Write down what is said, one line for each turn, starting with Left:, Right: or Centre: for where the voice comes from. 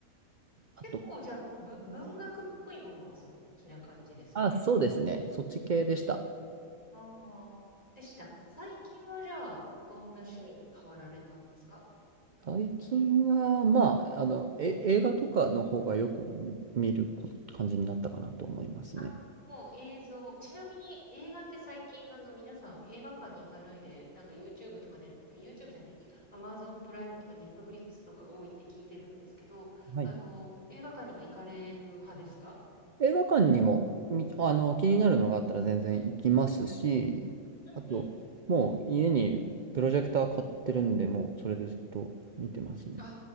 Right: あと、
Left: 結構じゃあ、ぶ文学っぽいものがお好きな感じですかね。
Right: あ、そうですね、そっち系でした。
Left: ああ、でした。最近はじゃあ、どんな趣味に変わられたんですか
Right: 最近は、まあ、あの、え、映画とかの方がよく見るこ感じになったかなと思いますね。
Left: あ、もう映像。ちなみに映画って最近、あの、皆さん映画館に行かないで、なんか YouTube とかね、YouTube じゃない、Amazon プライムとか Netflix とか多いって聞いてるんですけど、
Right: はい。
Left: あの、映画館には行かれる派ですか
Right: 映画館にも、み、あの、気になるのがあったら全然行きますし、あと、
Left: うんうん。
Right: もう家にプロジェクター買ってるんで、もうそれでずっと見てますね。
Left: あ、